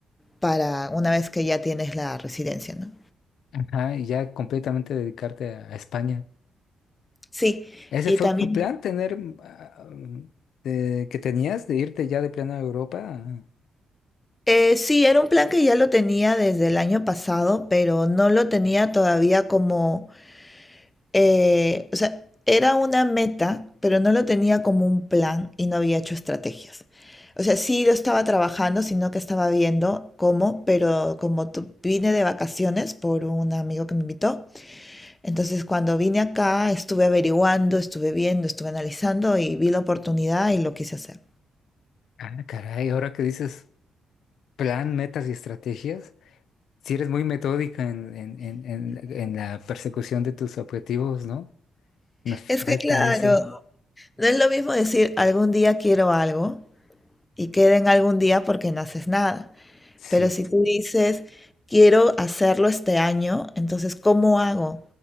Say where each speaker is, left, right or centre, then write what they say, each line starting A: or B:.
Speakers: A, on the left (about 15°); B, on the left (about 85°).
A: para una vez que ya tienes la residencia, ¿no?
B: Ajá, y ya completamente dedicarte a, a España.
A: Sí,
B: Ese
A: y
B: fue
A: también,
B: un plan tener ah, um, de- que tenías de irte ya de plano a Europa.
A: eh, sí, era un plan que ya lo tenía desde el año pasado, pero no lo tenía todavía como eh, o sea, era una meta, pero no lo tenía como un plan y no había hecho estrategias. O sea, sí lo estaba trabajando, sino que estaba viendo cómo, pero como tu- vine de vacaciones por un amigo que me invitó, entonces cuando vine acá estuve averiguando, estuve viendo, estuve analizando y vi la oportunidad y lo quise hacer.
B: Ah, caray, ahora que dices plan, metas y estrategias. Si eres muy metódica en, en, en, en- en la persecución de tus objetivos, ¿no? Nos falta
A: Es que claro,
B: eso.
A: no es lo mismo decir algún día quiero algo y queda en algún día porque no haces nada.
B: Sí.
A: Pero si tú dices, quiero hacerlo este año, entonces, ¿cómo hago?